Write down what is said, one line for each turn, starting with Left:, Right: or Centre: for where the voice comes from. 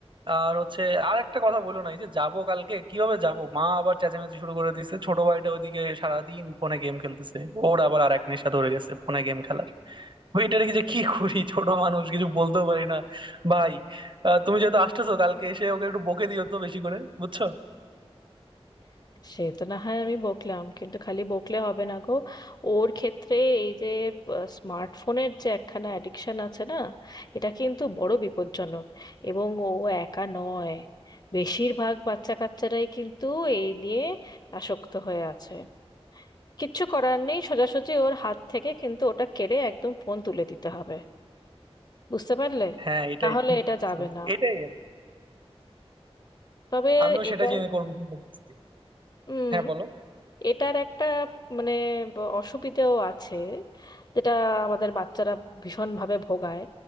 Right: আর হচ্ছে আর একটা কথা বলো না এই যে যাবো কালকে কিভাবে যাবো মা আবার চেঁচামেচি শুরু করে দিছে ছোট ভাইটা ওইদিকে সারাদিন ফোনে গেম খেলতেছে ওর আবার আর এক নেশা ধরে গেছে ফোনে গেম খেলার ওইটা রেখে যে কি করি ছোট মানুষ কিছু বলতেও পারি না ভাই আহ, তুমি যেহেতু আসতেছো কালকে এসে ওকে একটু বকে দিও তো বেশি করে বুঝছো
Left: সে তো না হয় আমি বকলাম কিন্তু খালি বকলে হবে না গো ওর ক্ষেত্রে এই যে স্মার্টফোনের যে একখানা অ্যাডিকশন আছে না এটা কিন্তু বড় বিপজ্জনক এবং ও একা নয় বেশিরভাগ বাচ্চা কাচ্চারাই কিন্তু এই নিয়ে আসক্ত হয়ে আছে কিচ্ছু করার নেই সোজাসুজি ওর হাত থেকে কিন্তু ওটা কেড়ে একদম ফোন তুলে দিতে হবে বুঝতে পারলে
Right: হ্যাঁ এটাই
Left: না হলে
Right: ঠিক
Left: এটা
Right: বলছো।
Left: যাবে না
Right: এটাই
Left: তবে
Right: আমিও
Left: এটা
Right: সেটা চিন্তা করবো চিন্তা করছি
Left: হুম
Right: হ্যাঁ বলো
Left: এটার একটা মানে ব- অসুবিধেও আছে যেটা আমাদের বাচ্চারা ভীষণভাবে ভোগায়